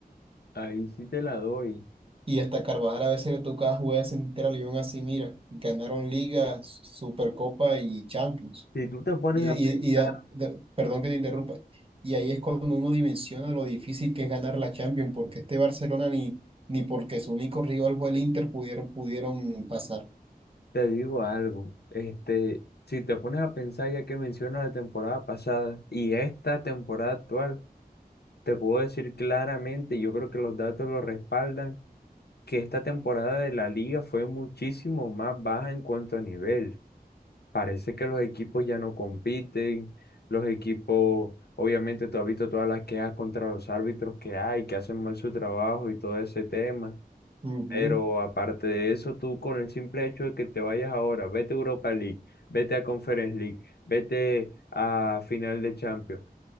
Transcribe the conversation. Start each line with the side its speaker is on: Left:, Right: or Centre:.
Left: Ahí sí te la doy.
Right: Y hasta Carvajal a veces le tocaba jugar de central y aún así, mira, ganaron Liga, Supercopa y Champions.
Left: Si tú te pones
Right: Y, y,
Left: a pensar,
Right: y da- da- perdón que te interrumpa. Y ahí es cuando uno dimensiona lo difícil que es ganar la Champions, porque este Barcelona ni, ni porque su único rival fue el Inter pudieron, pudieron pasar.
Left: te digo algo. Este, si te pones a pensar, ya que menciona la temporada pasada y esta temporada actual, te puedo decir claramente, yo creo que los datos lo respaldan que esta temporada de la liga fue muchísimo más baja en cuanto a nivel. Parece que los equipos ya no compiten, los equipos, obviamente tú has visto todas las quejas contra los árbitros que hay, que hacen mal su trabajo y todo ese tema.
Right: Ujú.
Left: Pero aparte de eso, tú con el simple hecho de que te vayas ahora, vete a Europa League, vete a Conference League, vete a final de Champions,